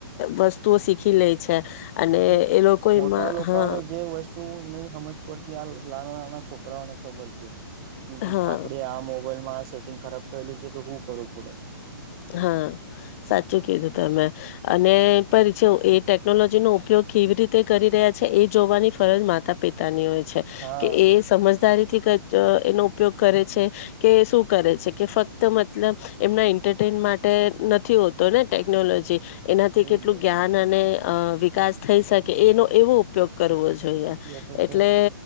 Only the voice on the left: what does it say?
વસ્તુઓ શીખી લે છે. અને
એ લોકો
એમાં
હા
હા
હા, સાચું કીધું તમે. અને પરી છો એ ટેકનોલોજીનો ઉપયોગ કેવી રીતે કરી રહ્યા છે, એ જોવાની ફરજ માતા પિતાની હોય છે.
કે એ સમજદારી થી કજ અ એનો ઉપયોગ કરે છે, કે સુ કરે છે? કે ફક્ત મતલબ એમના ઈ ન્ટરટેન માટે નથી હોતો ને ટેકનોલોજી, એનાથી
કેટલું જ્ઞાન અને અ વિકાસ થઈ શકે એનો એવો ઉપયોગ કરવો જોઈએ.
એટલે